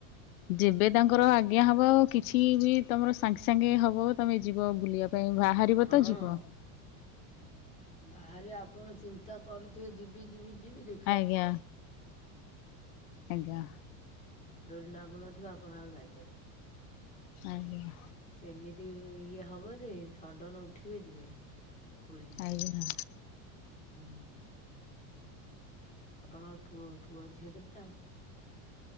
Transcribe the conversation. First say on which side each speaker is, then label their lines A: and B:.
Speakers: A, on the left; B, on the left.
A: ଯେବେ ତାଙ୍କର ଆଜ୍ଞା ହବ କିଛି ବି ତମର ସାଙ୍ଗେ ସାଙ୍ଗେ ହବ ତମେ ଯିବ ବୁଲିବା ପାଇଁ ବା ହାରିବ
B: ହଁ
A: ତ ଯିବ।
B: ବାହାରେ ଆପଣ ଚିନ୍ତା କରୁଥିବେ ଯିବି ଯିବି ଯିବି ଦେ
A: ଆଜ୍ଞା ଆଜ୍ଞା।
B: ଡୋରି ନାଗୁ ନଥିବ ଆପଣ ଆଉ ଯାଇପାରିବେ।
A: ଆଜ୍ଞା।
B: ସେମିତି ଇଏ ହବ ଯେ ସଡ଼ନ ଉଠିବେ ଯିବେ। ପୁରୀ ହୁଁ।
A: ଆଜ୍ଞା
B: ଆପଣଙ୍କ ପୁଅ ପୁଅ ଝିଅ କେତେଟା?